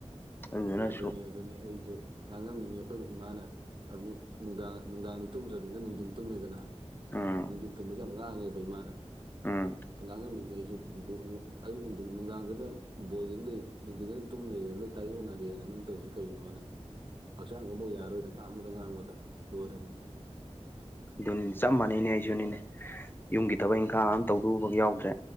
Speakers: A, on the left; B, on the right.
A: ꯑꯗꯨꯗꯨꯅꯁꯨ
B: ꯑꯗꯨꯅꯤ ꯑꯗꯨꯅꯤ ꯑꯩꯁꯨ ꯉꯥꯡꯉꯝꯃꯤꯅꯤ ꯑꯩꯈꯣꯏ ꯏꯃꯥꯅ ꯑꯃꯨꯛ ꯅꯨꯡꯗꯥꯡ ꯅꯨꯡꯗꯥꯡꯗꯤ ꯇꯨꯝꯗ꯭ꯔꯕꯅꯤꯅ ꯅꯨꯡꯊꯤꯟ ꯇꯨꯝꯃꯦꯗꯅ
A: ꯎꯝ
B: ꯅꯨꯡꯊꯤꯟ ꯊꯨꯝꯕꯁꯤ ꯌꯥꯝ ꯉꯥꯡꯉꯦꯕ ꯏꯃꯥꯅ
A: ꯎꯝ
B: ꯑꯉꯥꯡ ꯉꯝꯃꯤꯉꯩ ꯑꯩꯁꯨ ꯅꯨꯡꯕꯨ ꯅꯨꯡ ꯑꯌꯨꯛ ꯅꯨꯡꯊꯤꯟ ꯅꯨꯡꯗꯥꯡꯗꯅ ꯕꯣꯜ ꯌꯦ ꯂꯩ ꯅꯨꯡꯊꯤꯟꯗꯅ ꯇꯨꯝ ꯂꯩꯔꯦ ꯂꯣꯏ ꯇꯥꯏꯌꯣꯟꯅꯔꯦ ꯅꯥ ꯅꯣꯏ ꯇꯧꯔꯤꯁꯦ ꯀꯩꯅꯣꯅ ꯍꯛꯆꯥꯡꯒ ꯑꯝꯕꯧ ꯌꯥꯔꯣꯏꯗ ꯉꯥꯡꯕꯗ ꯉꯥꯡꯕꯗ ꯂꯣꯏꯔꯝꯅꯤ
A: ꯑꯗꯨꯅꯤ ꯆꯞ ꯃꯥꯟꯅꯩꯅꯦ ꯑꯩꯁꯨꯅꯤꯅꯦ ꯌꯨꯝꯒꯤ ꯊꯕꯛ ꯏꯪꯈꯥꯡ ꯑꯃ ꯇꯧꯗꯨꯕ ꯌꯥꯎꯗ꯭ꯔꯦ